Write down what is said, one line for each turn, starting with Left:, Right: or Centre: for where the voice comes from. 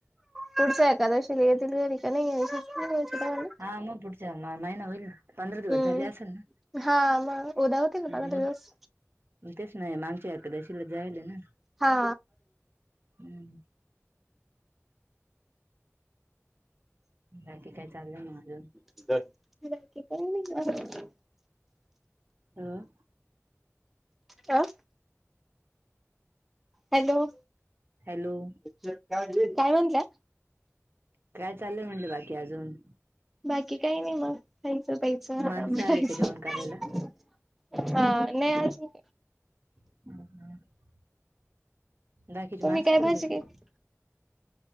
Centre: पुढच्या एकादशीला येथील नाही येतील काय माहित.
Right: हा नऊ फूटच्या नाही ना होईल. पंधरा दिवस झाले
Centre: हम्म
Right: असेल ना
Centre: हा मग उद्या होतील ना पंधरा
Right: मग.
Centre: दिवस
Right: तेच नाही, मागच्या एकादशीला जायल ना.
Centre: हा
Right: हम्म. बाकी काय चाललं ना अजून.
Centre: <unintelligible> <inaudible>
Right: ह.
Centre: अह. हॅलो
Right: हॅलो
Centre: काय म्हणताय.
Right: काय चाललंय म्हटल बाकी अजून.
Centre: बाकी काय नाही मग खायचं प्यायचं आराम
Right: माणसं
Centre: करायचं
Right: आले का जेवण करायला.
Centre: मग. हा नाही अजून.
Right: <unintelligible> बाकीची
Centre: तुम्ही
Right: माणसं
Centre: काय
Right: कुठ गेली?
Centre: भाजी केली